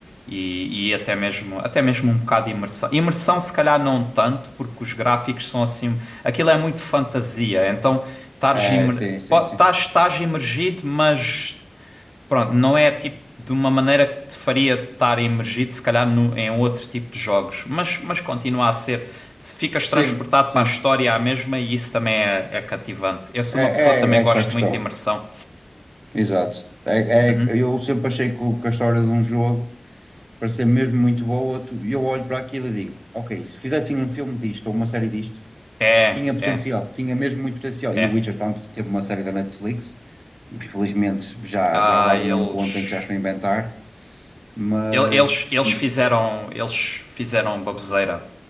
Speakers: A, on the left; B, on the right.
A: e, e até mesmo, até mesmo um bocado de imersão. Imersão se calhar não tanto, porque os gráficos são assim, aquilo é muito fantasia, então estás
B: É,
A: imer-
B: sim, sim,
A: po-
B: sim.
A: estás- estás imergido, mas Pronto, não é tipo de uma maneira que te faria estar imergido, se calhar, no- em outro tipo de jogos, mas, mas continua a ser. Se ficas
B: Sim,
A: transportado
B: sim.
A: para a história à mesma e isso também é, é cativante. Eu sou
B: É,
A: uma pessoa
B: é
A: que também
B: é essa
A: gosto
B: a questão.
A: muito de imersão.
B: Exato. É,
A: Uhum.
B: é- eu sempre achei que, o- que a história de um jogo, para ser mesmo muito boa, tu- eu olho para aquilo e digo, ok, se fizessem um filme disto ou uma série disto,
A: É,
B: tinha potencial,
A: é,
B: tinha mesmo muito potencial.
A: é.
B: E o Witcher, tanto, teve uma série da Netflix, infelizmente já,
A: Ah,
B: já levaram
A: eles.
B: a um ponto em que já estou a inventar, mas
A: Ele- Eles, eles fizeram, eles fizeram baboseira.